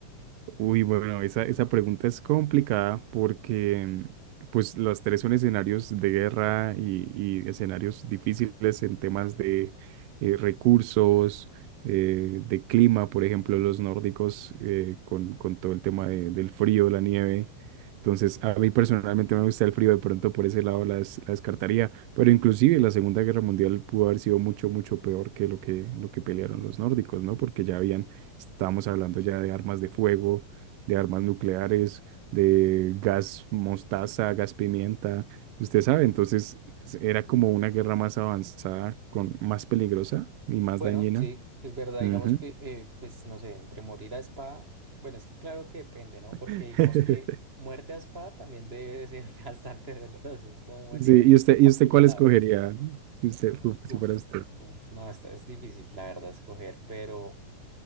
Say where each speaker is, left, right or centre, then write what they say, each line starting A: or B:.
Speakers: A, on the right; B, on the right.
A: Uy, bueno, esa, esa pregunta es complicada porque pues las tres son escenarios de guerra y, y escenarios difíciles en temas de eh, recursos, eh, de clima, por ejemplo, los nórdicos eh, con, con todo el tema de- del frío, la nieve. Entonces, a mí personalmente me gusta el frío, de pronto por ese lado las, la descartaría, pero inclusive la Segunda Guerra Mundial pudo haber sido mucho, mucho peor que lo que, lo que pelearon los nórdicos, ¿no? Porque ya habían, estábamos hablando ya de armas de fuego de armas nucleares, de gas mostaza, gas pimienta, usted sabe, entonces es- era como una guerra más avanzada, con más peligrosa y más
B: Bueno,
A: dañina.
B: sí, es verdad,
A: Ujú.
B: digamos que, eh, pues no sé, entre morir a espada, bueno, es que claro que depende, ¿no?
A: <laughs>
B: Porque digamos que muerte a espada también debe de ser <laughs> bastante doloroso, es como morir
A: Sí,
B: a
A: ¿y usted, y
B: apuñalado.
A: usted cuál escogería si usted fu-
B: Uf,
A: si fuera usted?
B: uf, no, esta es difícil, la verdad, escoger, pero...